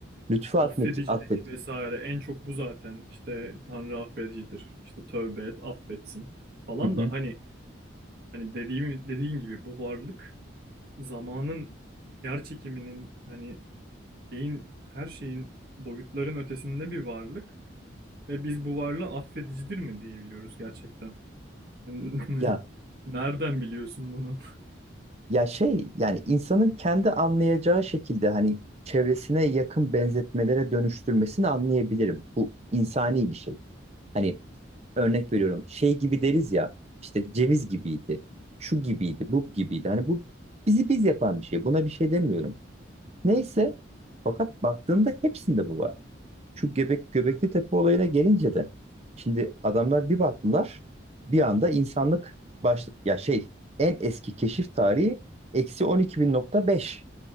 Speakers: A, on the right (about 35°); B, on the right (about 50°).
A: lütfu atmet,
B: Affedicilik
A: atfet.
B: vesaire en çok bu zaten. İşte Tanrı affedicidir. İşte tövbe et, affetsin falan
A: Hı hı.
B: da hani hani dediğim dediğin gibi bu varlık zamanın yer çekiminin hani şeyin, her şeyin boyutların ötesinde bir varlık ve biz bu varlığı affedicidir mi diyebiliyoruz gerçekten. Yani <laughs> Ne?
A: Ya
B: Nereden biliyorsun bunu?
A: Ya şey yani insanın kendi anlayacağı şekilde hani çevresine yakın benzetmelere dönüştürmesini anlayabilirim. Bu insani bir şey. Hani örnek veriyorum şey gibi deriz ya işte ceviz gibiydi, şu gibiydi, bu gibiydi. Hani bu bizi biz yapan bir şey. Buna bir şey demiyorum. Neyse fakat baktığında hepsinde bu var. Şu Göbek, Göbekli Tepe olayına gelince de şimdi adamlar bir baktılar bir anda insanlık baş ya şey en eski keşif tarihi eksi 12.000.5